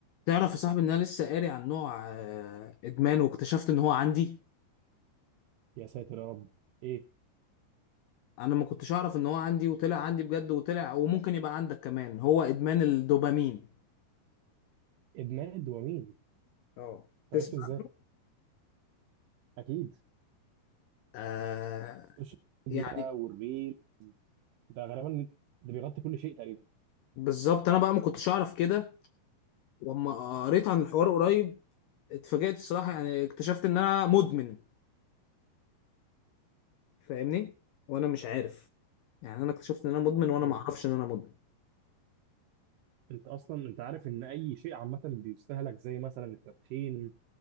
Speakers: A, on the left; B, on the right.
A: تعرف يا صاحبي ان انا لسه قاري عن نوع آه، ادمان واكتشفت ان هو عندي
B: يا ساتر يا رب ايه
A: انا ما كنتش اعرف ان هو عندي وطلع عندي بجد وطلع وممكن يبقى عندك كمان هو ادمان الدوبامين
B: ادمان الدوبامين
A: اه تسمع
B: عرفت ازاي
A: عنه
B: اكيد
A: آه
B: السوشيال ميديا
A: يعني
B: والريل ده غالبا ده بيغطي كل شيء تقريبا
A: بالظبط انا بقى ما كنتش اعرف كده واما قريت عن الحوار قريب اتفاجأت الصراحة يعني اكتشفت ان انا مدمن فاهمني وانا مش عارف يعني انا اكتشفت ان انا مدمن وانا
B: إن-
A: ما اعرفش ان انا مدمن
B: انت اصلا انت عارف ان اي شيء عامه بيستهلك زي مثلا التدخين